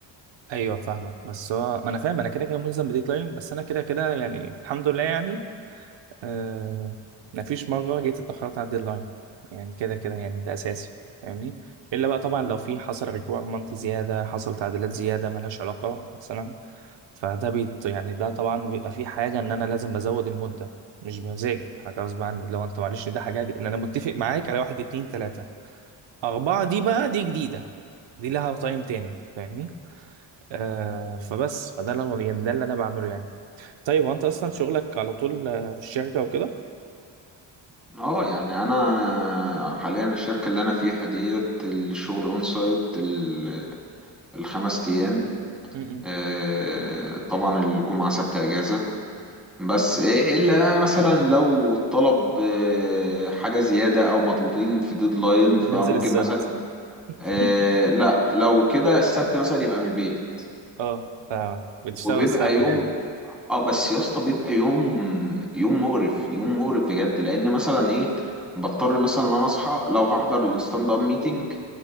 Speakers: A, on the right (about 80°); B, in the centre.
A: أيوه فاهمك بس هو ما أنا فاهم أنا كده كده ملزم بديدلاين بس أنا كده كده يعني الحمد لله يعني أه مفيش مرة جيت اتأخرت على الديدلاين يعني كده كده يعني ده أساسي فاهمني؟ إلا بقى طبعا لو في حصل ريكويرمنت زيادة حصل تعديلات زيادة ملهاش علاقة مثلا فده بيت يعني ده طبعا بيبقى في حاجة إن أنا لازم بزود المدة مش بمزاجي حاجة غصب عني لو أنت معلش ده حاجة إن أنا متفق معاك على واحد اتنين تلاتة أربعة دي بقى دي جديدة دي لها طعم تاني فاهمني آه فبس فده اللي أنا- يعني ده اللي أنا بعمله يعني طيب وأنت أصلا شغلك على طول آه، في الشركة وكده؟
B: اه يعني انا حاليا الشركة اللي انا فيها ديت الشغل اون سايت ال- الخمس ايام
A: م-م.
B: آه، طبعا الجمعة سبت اجازة بس الا مثلا لو الطلب آه، حاجة زيادة او مضغوطين في ديدلاين فممكن
A: بننزل السبت
B: مثلا
A: <laughs>
B: آه، لا لو كده السبت مثلا يبقى من البيت
A: اه ف- بتشتغل
B: وبيبقى
A: السبت
B: يوم
A: يعني
B: اه بس يا اسطى بيبقى يوم يوم مقرف يوم مقرف بجد لان مثلا ايه بضطر مثلا ان انا اصحى لو هحضر الستاند اب ميتنج